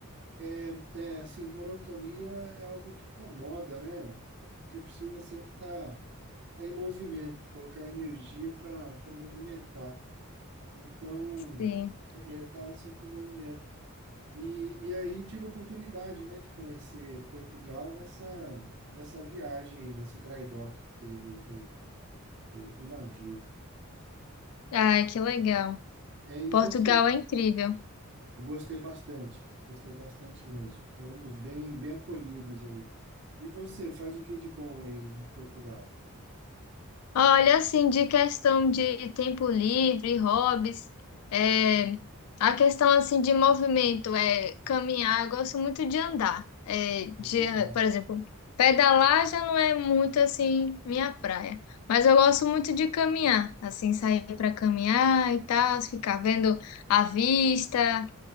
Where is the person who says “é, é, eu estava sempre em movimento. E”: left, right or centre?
Right